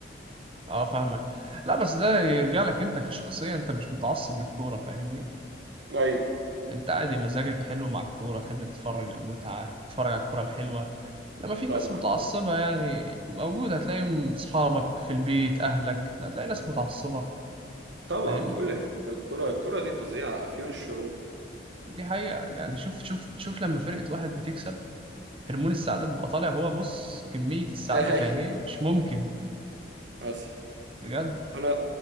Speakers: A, on the right; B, on the right.
A: اه فاهمك لا بس ده يرجع لك انت كشخصية انت مش متعصب للكورة فاهمني
B: ايوه
A: انت عادي مزاجك حلو مع الكورة تحب تتفرج المتعة تتفرج على الكورة الحلوة لما في
B: طبعا
A: ناس متعصبة يعني موجودة هتلاقيهم اصحابك في البيت اهلك لا هتلاقي ناس متعصبة
B: طبعا
A: فاهمني
B: في كل حته الكره الكره دي فظيعه افيون الشعوب
A: دي حقيقة يعني شوف شوف شوف لما فرقة واحد بتكسب هرمون السعادة بيبقى طالع هو بص كمية السعادة
B: <laughs>
A: في
B: ايوه
A: عينيه مش ممكن
B: حصل
A: بجد
B: انا